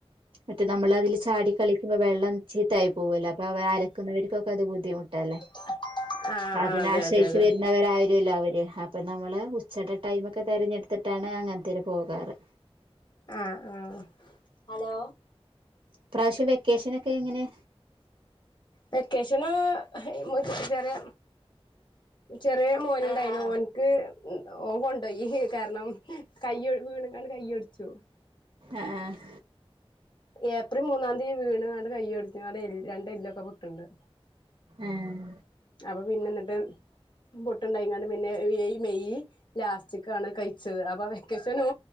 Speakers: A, on the right; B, on the left.
A: മറ്റേ നമ്മളതിലു ചാടി കളിക്കുമ്പ വെള്ളം ചീത്തായി പോവേല്ലെ അപ്പ വേ അലക്കുന്നവർക്കൊക്കെ അത് ബുദ്ധിമുട്ടല്ലേ
B: <unintelligible>
A: അതിനാശ്രയിച്ചു
B: ആഹ് അതെ അതെ അതെ
A: വരുന്നവരാരുല്ലോ അവര് അപ്പം നമ്മളെ ഉച്ചേടെ ടൈമൊക്കെ തിരഞ്ഞെടുത്തിട്ടാണ് അങ്ങനെത്തേര് പോകാറ്
B: ആഹ് ആഹ് ഹലോ
A: ഇപ്രാവശ്യം വെക്കേഷനൊക്കെ എങ്ങനെ
B: വെക്കേഷനേ വച്ചാരെ ചെറിയ മോനുണ്ടായി മോൻക്ക് ഓൻ കൊണ്ടോയി കാരണം കയ്യൊ ഴ്‌ വീണെങ്ങാണ്ട് കയ്യൊടിച്ചോ
A: ആഹ് ആഹ്
B: ഏപ്രി മൂന്നാന്തിയ വീണ് എങ്ങാണ്ട് കയ്യൊടിഞ്ഞു അടെ എല്ല് രണ്ട് എല്ലൊക്കെ പൊട്ടുണ്ട്
A: ഏഹ്
B: അപ്പം പിന്നെന്നിട്ട് പുട്ടുണ്ടായിക്കൊണ്ട് പിന്നെ എയ് മെയ് ലാസ്റ്റിക്കാണ് കയിച്ചത് അപ്പാ വെക്കേഷനോ